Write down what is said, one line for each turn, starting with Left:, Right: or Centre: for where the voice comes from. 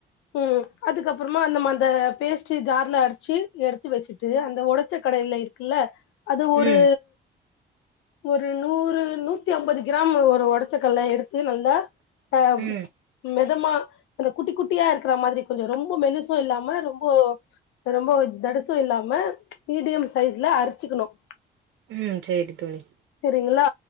Left: ம்ம் அதுக்கப்பறமா நம்ம அந்த பேஸ்ட் ஜார்ல அடிச்சு எடுத்து வச்சுட்டு அந்த ஒடச்ச கடயில இருக்குல்ல அது ஒரு
Right: ம்
Left: ஒரு நூறு நூத்தி ஐம்பது கிராமு ஒரு ஒடச்சக்கல்ல எடுத்து நல்லா அ
Right: ம்
Left: மெதமா ல்ல குட்டி குட் குட்டியா இருக்கிற மாதிரி கொஞ்சம் ரொம்ப மெலிசும் இல்லாம ரொம்போ ரொம்போ தடுசும் இல்லாம மீடியம் அரிச்சுிக்கணும்
Right: ம் சேரி தோழி
Left: ரிங்களா